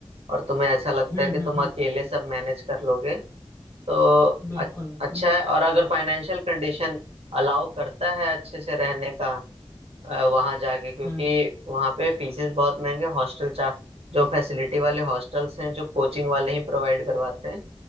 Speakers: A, on the right; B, on the left.
A: और तुम्हें ऐसा लगता
B: हम्म
A: है कि तुम
B: हम्म हम्म
A: अकेले सब मैनेज कर लोगे तो
B: बिल्कुल
A: अ-
B: बिल्कुल
A: अच्छा है और अगर फाइनेंशियल कंडीशन अलाउ करता है अच्छे से रहने का वहां जाके क्योंकि
B: हम्म
A: वहां पे फीसेस बहुत महंगे हॉस्टल चार्ज जो फैसिलिटी वाले हॉस्टल्स हैं जो कोचिंग वाले ही प्रोवाइड करवाते हैं